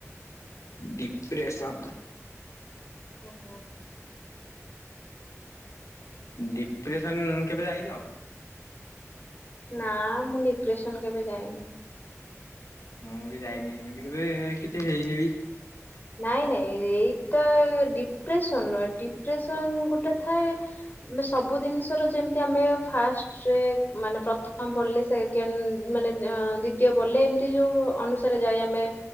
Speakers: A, on the left; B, on the left.
A: ଡିପ୍ରେସନ।
B: <unintelligible>
A: ଡିପ୍ରେସନ କେବେ ଯାଇଚ।
B: ନା ମୁଁ ଡିପ୍ରେସନ କେବେ ଯାଇନି।
A: ମୁଁ ବି ଯାଇନି ଏମିତି କେବେ କିଛି ହେଇନି ବି।
B: ନାଇଁ ନାଇଁ ଏଇତ ଡିପ୍ରେସନ ନୁହେଁ ଡିପ୍ରେସନ ଗୋଟେ ଥାଏ ମେ ସବୁ ଦିନ୍ସର ଯେମିତି ଆମେ ଫାଷ୍ଟରେ ମାନେ ପ୍ରଥମ ପଢିଲେ ସେ କେନ୍ ମାନେ ଅଁ ଦ୍ଵିତୀୟ ପଢ଼ିଲେ ଏମିତି ଯୋଉ ଅନୁସାରେ ଯାଏ ଆମେ